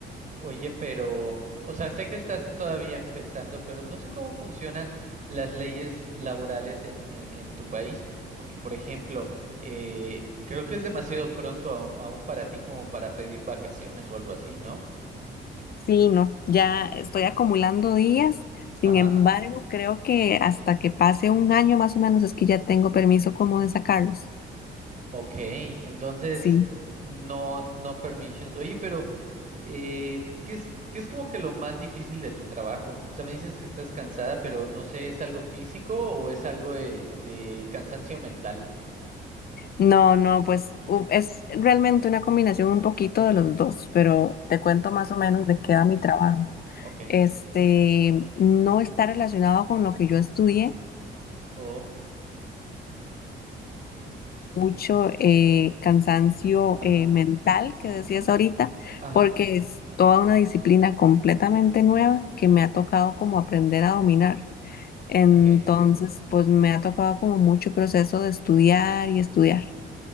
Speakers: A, on the right (about 40°); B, on the left (about 50°).
A: Oye, pero, o sea, sé que estás todavía empezando, pero no sé cómo funcionan las leyes laborales en, en, en tu país, porque, por ejemplo, eh, creo que es demasiado pronto a- aún para ti como para pedir vacaciones o algo así, ¿no?
B: Sí, no, ya estoy acumulando días. Sin
A: Ajá.
B: embargo, creo que hasta que pase un año más o menos es que ya tengo permiso como de sacarlos.
A: Ok, entonces
B: Sí.
A: no, no permissions. Oye, pero eh, ¿qué es, qué es como que lo más difícil de tu trabajo? O sea, me dices que estás cansada, pero no sé, ¿es algo físico o es algo de, de cansancio mental?
B: No, no, pues u- es realmente una combinación un poquito de los dos, pero te cuento
A: Ujú,
B: más o menos de qué va mi trabajo.
A: Ok.
B: Este, no está relacionado con lo que yo estudié,
A: Oh,
B: mucho eh, cansancio
A: ajá,
B: eh, mental que decías ahorita,
A: ajá,
B: porque es toda una disciplina completamente nueva que me ha tocado como aprender a dominar. Entonces,
A: ok.
B: pues me ha tocado como mucho proceso de estudiar y estudiar.